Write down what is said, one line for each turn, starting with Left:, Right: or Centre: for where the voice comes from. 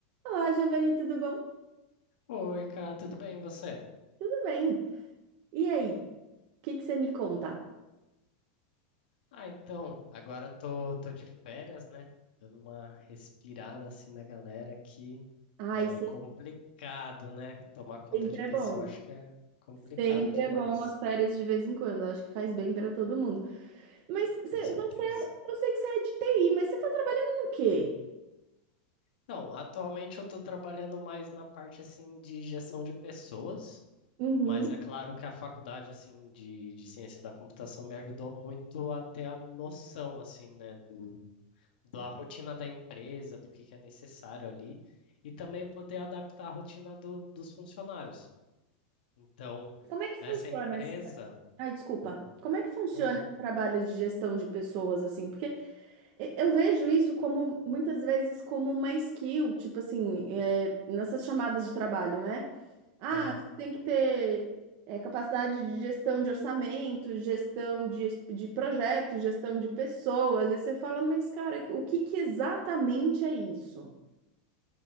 Right: Olá, Giovanni, tudo bom?
Left: Oi, cara, tudo bem e você?
Right: Tudo bem. E aí, o que que você me conta?
Left: Ah, então, agora tô, tô de férias, né? Dando uma respirada assim na galera que
Right: Ai,
Left: é
Right: sem-
Left: complicado, né? Tomar conta
Right: sempre
Left: de pessoa
Right: é bom.
Left: acho que é complicado
Right: Sempre
Left: demais,
Right: é bom as férias de vez em quando. Acho que faz bem para todo mundo. Mas
Left: com
Right: você,
Left: certeza.
Right: você- eu sei que você é de TI, mas você está trabalhando no quê?
Left: Então, atualmente eu tô trabalhando mais na parte assim de gestão de pessoas,
Right: Uhum.
Left: mas é claro que a faculdade assim de, de ciência da computação me ajudou muito a ter a noção assim, né, da rotina da empresa, do que que é necessário ali, e também poder adaptar a rotina do- dos funcionários. Então,
Right: Como é que
Left: nessa
Right: funciona
Left: empresa,
Right: esse... Ai, desculpa. Como é que funciona
Left: imagina.
Right: esse trabalho de gestão de pessoas assim? Porque E- Eu vejo isso como muitas vezes como uma skill, tipo assim, é, nessas chamadas de trabalho, né? Ah,
Left: Aham,
Right: você tem que ter é, capacidade de gestão de orçamento, gestão de, de projetos, gestão de pessoas. E você fala, mas cara, o que que exatamente é isso?